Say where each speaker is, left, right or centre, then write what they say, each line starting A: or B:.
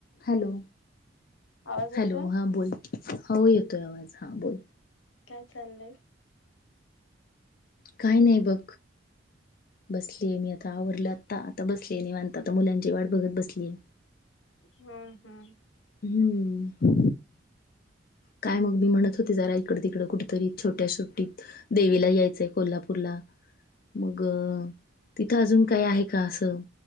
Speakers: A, on the left; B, on the left.
A: हॅलो
B: आवाज येतोय?
A: हॅलो हा बोल हो येतोय आवाज हा बोल
B: काय चाललंय
A: काय नाही बघ बसलीय मी आता आवरल आता आता बसलीय निवांत आता मुलांची वाट बघत बसलीय
B: हम् हम्म
A: हम्म काय मग मी म्हणत होते जरा इकड तिकडं कुठ तरी छोट्या सुटीत देवीला यायचंय कोल्हापूरला मग तिथं अजून काही हाय का असं